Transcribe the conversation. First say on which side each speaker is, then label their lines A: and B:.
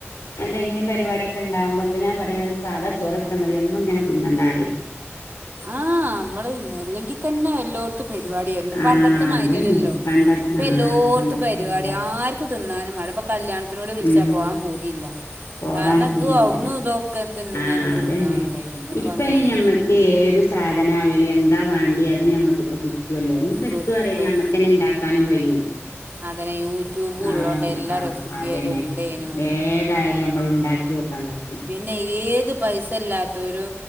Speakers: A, on the left (about 80°); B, on the right (about 40°).
A: എന്തെങ്കിലും പരിപാടി ക്കെണ്ടാവുമ്പോ അപ്പൊ ഞാൻ പറുന്നത് സാധാ ചോറച്ചാ മതി എന്നുംങ്ങനെ തിന്നണ്ടാറി
B: ആഹ് നമ്മള്ന്നെ അല്ലെങ്കി തന്നെ എല്ലോട് ത്ത്പരിപാടിയരുന്നു
A: ആഹ്
B: പണ്ടത്തെ മാരിയല്ലല്ലോ
A: അതന്നെ പണ്ട
B: ഇപ്പ
A: ആഹ്
B: എല്ലോർത്ത്
A: പണ്ടത്തെരില്ല
B: പരിപാടി ആർ ക്ക് തിന്നാനും വേണ്ട ഇപ്പോ കല്യാണത്തിനോട് വിളിച്ചാൽ
A: ഉം
B: പോകാൻ പുതിയില്ല
A: പോകാൻ
B: കാരണം
A: പൂതില്ല
B: ഇത് അവിടുന്ന് ഇതോക്കെ തിന്ന
A: ആഹ്
B: തിന്നാനുള്ളേ
A: അതന്നെ
B: പിന്നെ ഇപ്പം
A: ഇപ്പ
B: അങ്ങനെ
A: ഇനി ഞമ്മക്ക് ഏത് സാധന എന്താ വേണ്ടിയത് അത് നമ്മക്ക്പ്പ കിട്ടുവല്ലോ ഇനിയിപ്പോ
B: കിട്ടും
A: എത്ത അറിയാല്ലോ ഞമ്മക്കന്നെ ഉണ്ടാക്കാനും കഴിയും
B: അതന്നെ യൂട്യൂബും
A: ആഹ്
B: ഉള്ളോണ്ട് എല്ലാ
A: ആ
B: റെസിപ്പിയും
A: അതന്നെ
B: അതിലുണ്ടേനു
A: ഏ ഏതായല് നമ്മൾണ്ടാക്കി നോക്കിക്കാന് പറഞ്ഞ്
B: പിന്നെ ഏത് പൈസ ഇല്ലാത്തെരു